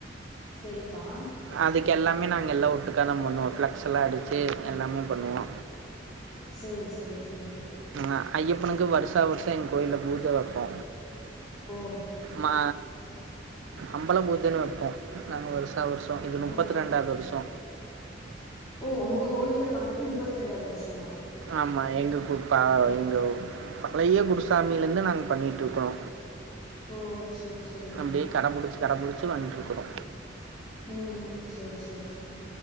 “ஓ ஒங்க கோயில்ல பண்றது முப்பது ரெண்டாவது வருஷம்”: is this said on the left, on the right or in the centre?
Left